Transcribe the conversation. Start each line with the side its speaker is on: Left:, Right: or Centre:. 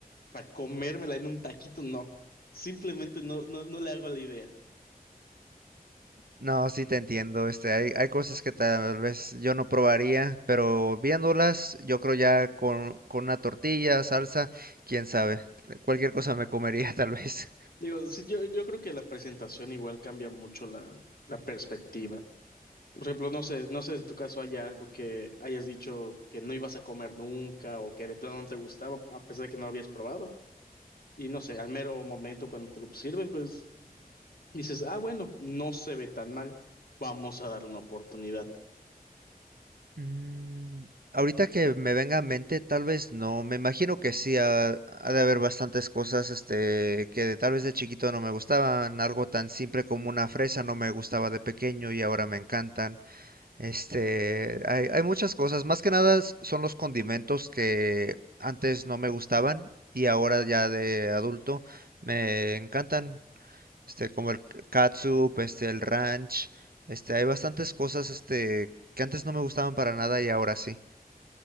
Left: para comérmela en un taquito, no. Simplemente no, no, no le hago la idea.
Right: No, sí te entiendo, este, hay, hay cosas que tal vez yo no probaría, pero viéndolas, yo creo ya con, con una tortilla, salsa, quién sabe, cualquier cosa me comería <laughs> tal vez.
Left: Digo, sí, yo, yo creo que la presentación igual cambia mucho la, la perspectiva. Por ejemplo, no sé, no sé en tu caso haya algo que hayas dicho que no ibas a comer nunca o que de plano no te gustaba a pesar de que no lo habías probado. Y no sé, al mero momento cuando te lo sirven, pues dices, ah, bueno, no se ve tan mal, vamos a darle una oportunidad.
Right: Mm, ahorita que me venga a mente, tal vez no. Me imagino que sí, ha, ha de haber bastantes cosas, este, que de- tal vez de chiquito no me gustaban. Algo tan simple como una fresa no me gustaba de pequeño y ahora me encantan. Este, hay, hay muchas cosas. Más que nada s- son los condimentos que antes no me gustaban y ahora ya de adulto me encantan este, como el catsup, este, el ranch, este, hay bastantes cosas, este, que antes no me gustaban para nada y ahora sí.